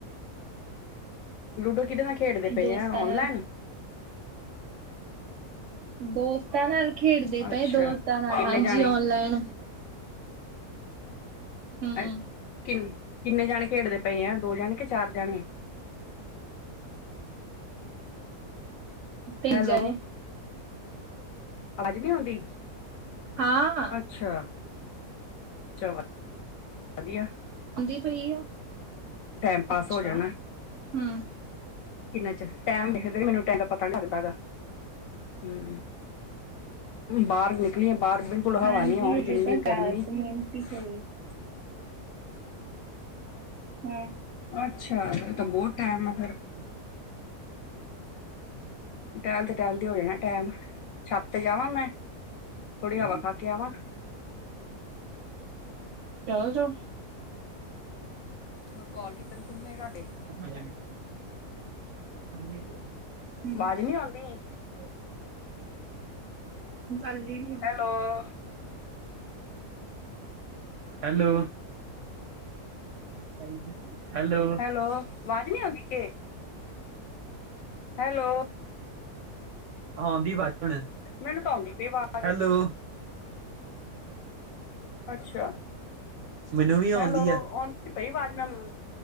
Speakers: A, on the left; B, on the right.
A: ਲੂਡੋ ਕਿਦੇ ਨਾਲ ਖੇਡਦੇ ਪਏ
B: ਦੋਸਤਾਂ
A: ਆ ਔਨਲਾਈਨ
B: ਨਾਲ ਦੋਸਤਾਂ ਨਾਲ ਖੇਡਦੇ ਪਏ
A: ਅੱਛਾ
B: ਦੋਸਤਾਂ ਨਾਲ
A: ਕਿੰਨੇ
B: ਹਾਂਜੀ
A: ਜਾਣੇ
B: ਓਨਲਾਈਨ ਹੂੰ
A: ਅੱਛਾ ਕਿਨ ਕਿੰਨੇ ਏ ਜਣੇ ਖੇਡਦੇ ਪਏ ਆ ਦੋ ਜਾਣੇ ਕੇ ਚਾਰ ਜਾਣੇਏ
B: ਤਿੰਨ
A: ਹੈਲੋ
B: ਜਣੇ
A: ਵਾਜ਼ ਨਹੀਂ ਆਉਂਣ ਡੀ
B: ਹਾਂ ਵਾ
A: ਅੱਛਾ ਚਾਅ ਵਧ ਵਧੀਆ
B: ਆਉਂਦੀ ਪਈ ਆ
A: ਟਾਈਮ ਪਾਸ
B: ਅੱਛਾ
A: ਹੋ ਜਾਣਾ
B: ਹੂੰ
A: ਕਿੰਨਾ ਚਿਰ ਟਾੲਈਮ ਦੇਖਦੇ ਮੈਨੂੰ ਟਾਮ ਦਾ ਪਤਾ ਪਤਾ ਨੀ ਲਗਦਾ ਹੈਗਾ ਹੂੰ ਹੁਣ ਬਾਹਰ ਨਿਕਲੀ ਆ ਬਾਹਰ ਬਿਲਕੁਲ ਹਵਾ
B: ਹਾਂਜੀ
A: ਨੀ ਆਉਣ
B: ਹਜੇ
A: ਕਿੰਨੀ
B: ਤਾਂ
A: ਗਰਮੀ
B: ਦਸ
A: ਈ
B: ਮਿੰਟ ਹੀ ਹੋਈ ਹੂੰ
A: ਅੱਛਾ ਫਿਰ ਤਾਂ ਬਹੁਤ ਟਾਈਮ ਐ ਫੇਿਰ
B: ਹਾ ਜੀ ਹਮ।
A: ਟਹਿਲਦੇ ਟਹਿਲਦੇ ਹੋ ਜਾਣਾ ਟਾਮ ਛੱਤ ਤੇ ਜਾਵਾਂ ਮੈਂ ਥੋੜ੍ਹੀ ਹਵਾ
B: ਚਲ
A: ਖਾ ਕੇ ਆਵਾਂ
B: ਚੱਲ ਜੋ ਓ
A: ਹੋਰ ਕੋਲ ਕਿੱਦਨ ਖੁੱਲ੍ਹਣੇ ਤਾਆ ਡੇ
B: ਉ ਮਰੀਆ ਨਹੀ ਥਾ <unintelligible>
A: ਵਾਜ਼ ਨੀ ਆਉਂਦੀ ਹੋਣੀ
B: ਹਮ। ਕਰ ਲੀ ਈ
A: ਹੈਲੋ ਓ
B: ਹੈਲੋ ਓ ਹੈਲੋ ਓ
A: ਹੈਲੋ ਵਾਜ਼ ਨੀ ਆਉਂਦੀ ਕੇ ਹੈਲੋਓ
B: ਆਣਦੀ ਦੀ ਵਾਜ ਹੁਣ
A: ਮੈਨੂੰ ਤਾਂ ਆਉਂਦੀ ਪਈ ਵਾਜ਼
B: ਹੈਲੋ
A: ਆ ਅੱਛਾ ਆ
B: ਮੈਨੂੰ ਵੀ
A: ਹੈਲੋ ਆਉਂਦੀ
B: ਆ
A: ਪਈ ਵਾਜ ਉਹਾਨੂੰ